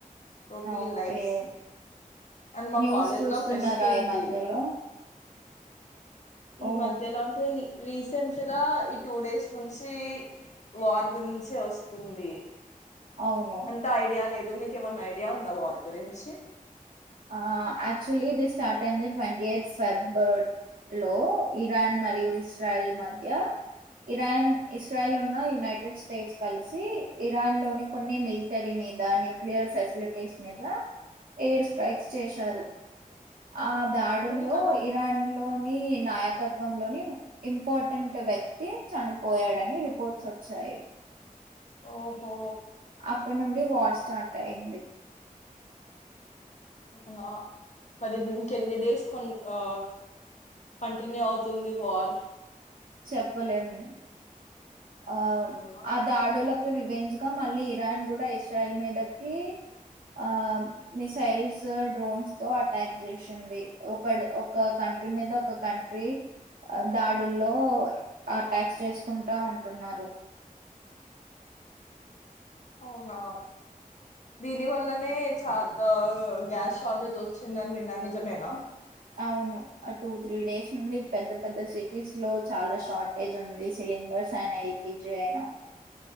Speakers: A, on the left (about 55°); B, on the right (about 80°).
A: routine
B: okay
A: life and మా
B: న్యూస్
A: కాలేజ్
B: చూస్తున్నారా
A: లో ఫెస్ట్ ఉంది
B: ఈ మధ్యలో
A: ఈ
B: ఓ
A: మధ్యలో అంటే రీసెంట్ గా ఈ టూ డేస్ నుంచి వార్ గురించే వస్తుంది
B: అవును
A: అంత ఐడియా లేదు మీకు ఏమన్నా ఐడియా ఉందా వార్ గురించి
B: ఆ ఆక్చుల్లీ ఇది స్టార్ట్ అయింది ట్వంటీ ఎయిత్ ఫెబ్ లో ఇరాన్ మరియు ఇస్రాయిల్ మధ్య ఇరాన్ ఇస్రాయిల్ ఉన్న యునైటెడ్ స్టేట్స్ కలిసి ఇరాన్ లోని కొన్ని మిలిటరీ మీద న్యూక్లియర్ ఫెసిలిటీస్ మీద ఎయిర్ స్ట్రైక్ చేశారు ఆ దాడుల్లో
A: ఎందుకలా
B: ఇరాన్ లో నీ నాయకత్వంలోని ఇంపార్టెంట్ వ్యక్తి చనిపోయాడని రిపోర్ట్స్ వచ్చాయి అఎప్
A: ఓహో
B: అప్పటి నుండి వార్ స్టార్ట్ అయింది
A: అవునా మరి ఇంకెన్ని డేస్ కొన్ని ఆ కంటిన్యూ అవుతుంది వార్
B: చెప్పలేము ఆవ్
A: చెప్పలేమా
B: ఆ దాడుల గు వెంజ్గా మళ్ళీ ఇరాన్ కూడా ఇస్రాయిల్ మీదకి ఆ మిసైల్స్ డ్రోన్స్ తో అటాక్ జేసింది ఒక ఒక క క మీద ఒక కంట్రీ ద రల్లో ఆట్యాక్స్ చేసుకుంటా ఉంటున్నారు
A: అవునా దీని వల్లనే చాలా గ్యాస్ షార్టేజ్ వచ్చిందని విన్నా నిజమేనా
B: అవును ఆ టూ త్రీ డేస్ నుండి పెద్ద పెద్ద సిటీస్ లో చాలా షార్టేజ్ ఉంది సిండర్స్ అయిన ఎల్పిపీజీ అయిన